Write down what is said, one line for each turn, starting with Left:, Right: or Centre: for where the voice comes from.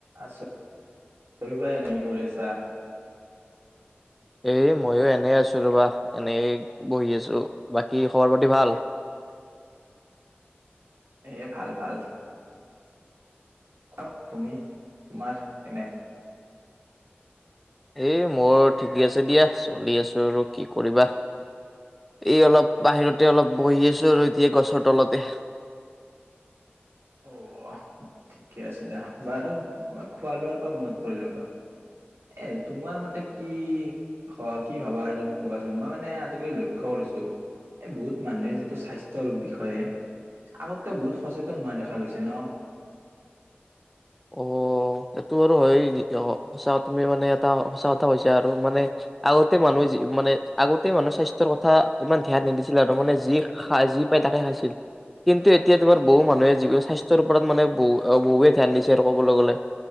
Right: আছো কৰিবাই এনে কি কৰি আছা
Centre: এ ময়ো এনে আছো ৰবা এনেই বহি আছো বাকী খবৰ পাতি ভাল
Right: এ ভাল ভাল খোৱা তুমি তোমাৰ এনে
Centre: এ মোৰ ঠিকেই আছে দিয়া চলি আছো আৰু কি কৰিবা এই অলপ বাহিৰতে অলপ বহি আছো আৰু এতিয়া গছৰ তলতে
Right: অ ঠিকে আছে দিয়া বাৰু খোৱা লোৱাৰ পৰা মনত পৰিলো বা এ তোমাৰ মতে কি হ কি ভাবা আৰু তুমি কবাচোন মই মানে আজিকালি লক্ষ্য কৰিছো এ বহুত মানুহে যিটো স্বাস্থ্যৰ বিষয়ে আগতকে বহুত সচেতন হোৱা দেখা গৈছে ন
Centre: অ এইটো আৰু হয়ে অ সঁচা তুমি মানে এটা সঁচা কথা কৈছা আৰু মানে আগতে মানুহ মানে আগতে মানুহ স্বাস্থ্যৰ কথা ইমান ধ্যান নিদিছিল আৰু মানে যি খাই যি পায় তাকে খাইছিল কিন্তু এতিয়া তোমাৰ বহু মানুহে যিবোৰে স্বাস্থ্যৰ ওপৰত মানে বহু বহুৱে ধ্যান দি ছে কবলৈ গলে